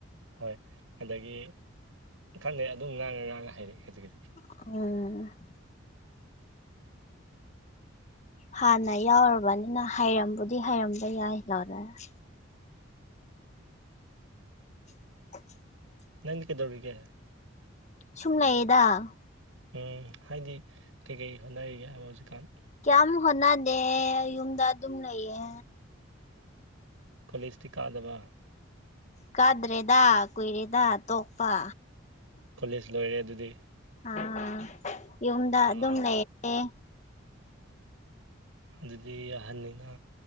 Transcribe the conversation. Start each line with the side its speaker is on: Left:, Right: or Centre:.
Right: ꯍꯣꯏ ꯑꯗꯒꯤ ꯈꯪꯗꯦ ꯑꯗꯨꯝ ꯉꯥꯡꯉ ꯉꯥꯡꯉ ꯍꯩꯔꯛꯑꯦ ꯈꯖꯤꯛ ꯈꯖꯤꯛ
Left: ꯑ ꯍꯥꯟꯅ ꯌꯥꯎꯔꯕꯅꯤꯅ ꯍꯩꯔꯝꯕꯨꯗꯤ ꯍꯩꯔꯝꯕ ꯌꯥꯏ <unintelligible> <inaudible>
Right: ꯅꯪꯗꯤ ꯀꯩꯗꯧꯔꯤꯒꯦ
Left: ꯁꯨꯝ ꯂꯩꯌꯦꯗ
Right: ꯎꯝ ꯍꯥꯏꯗꯤ ꯀꯩꯀꯩ ꯍꯣꯠꯅꯔꯤꯒꯦ ꯍꯥꯏꯕ ꯍꯧꯖꯤꯛꯀꯥꯟ
Left: ꯀ꯭ꯌꯥꯝ ꯍꯣꯠꯅꯗꯦ ꯌꯨꯝꯗ ꯑꯗꯨꯝ ꯂꯩꯌꯦ
Right: ꯀꯣꯂꯦꯁꯇꯤ ꯀꯥꯗꯕ
Left: ꯀꯥꯗ꯭ꯔꯦꯗꯥ ꯀꯨꯏꯔꯦꯗꯥ ꯇꯣꯛꯄ
Right: ꯀꯣꯂꯦꯁ ꯂꯣꯏꯔꯦ ꯑꯗꯨꯗꯤ
Left: ꯑꯥ ꯌꯨꯝꯗ
Right: ꯑꯥ
Left: ꯑꯗꯨꯝ ꯂꯩ ꯑꯦ
Right: ꯑꯗꯨꯗꯤ ꯑꯍꯟꯅꯤꯅꯥ